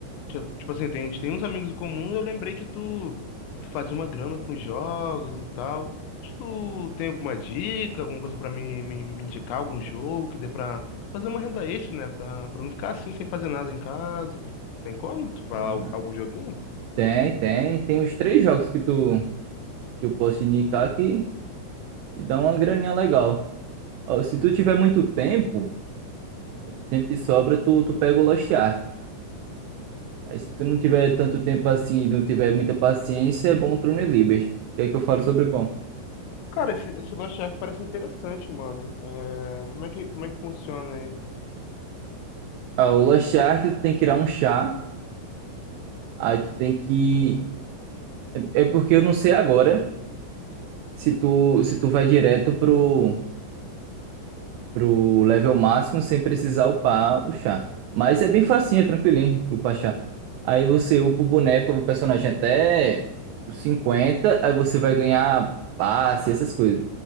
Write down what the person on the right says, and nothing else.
Ah,
tem, tem, tem os três jogos que tu que eu posso te indicar que, que dão uma graninha legal. Ó, se tu tiver muito tempo, tempo de sobra, tu, tu pega o Lost Ark. Aí se tu não tiver tanto tempo assim, não tiver muita paciência, é bom o Throne Libers. Quer que eu fale sobre qual?
Ah, o Lost Ark, tu tem que tirar um chá, aí tu tem que... É é porque eu não sei agora se tu, se tu vai direto pro pro level máximo sem precisar upar o chá. Mas é bem facinho, é tranquilinho upar chá. Aí você upa o boneco, o personagem até os cinquenta aí você vai ganhar passe, essas coisas.